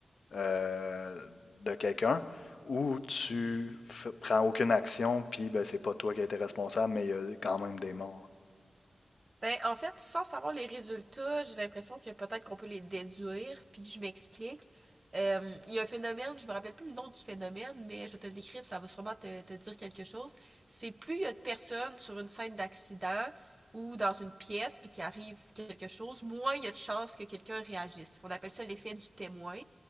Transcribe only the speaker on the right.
Ben, en fait, sans savoir les résultats, j'ai l'impression que peut-être qu'on peut les déduire, puis je m'explique. Euh, il y a un phénomène, je me rappelle plus le nom du phénomène, mais je te le décris, ça va sûrement te, te dire quelque chose. C'est plus il y a de personnes sur une scène d'accident ou dans une pièce, puis qu'il arrive quelque chose, moins il y a de chances que quelqu'un réagisse. On appelle ça l'effet du témoin.